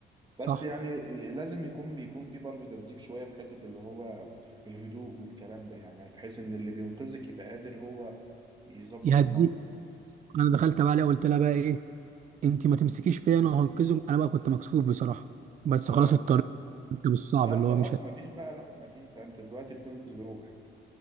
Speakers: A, on the right; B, on the right.
A: بس
B: صح
A: يعني لازم يكون بيكون في برضه تدريب شوية في حتة اللي هو الهدوء والكلام ده يعني بحيث ان اللي بينقذك يبقى قادر هو يظبط
B: يهديك
A: الموقف
B: انا دخلت بقى عليها قلت لها بقى ايه انت ما تمسكيش فيا انا وهنقذك انا بقى كنت مكسوف بصراحه بس
A: اه
B: خلاص الطريق كنت بالصعب
A: لا
B: اللي
A: خلاص
B: هو مش هس...
A: مفيش بقى لا مفيش بقى انت دلوقتي بتنقذ روح